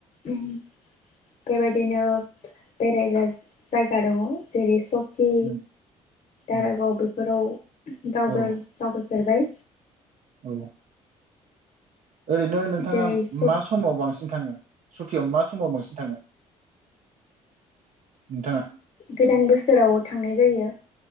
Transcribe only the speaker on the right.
उम
उम
औ
औ ओरैनो नोंथाङा
मा समाव बांसिन थाङो? सकियाव मा समाव बांसिन थाङो नोंथाङा?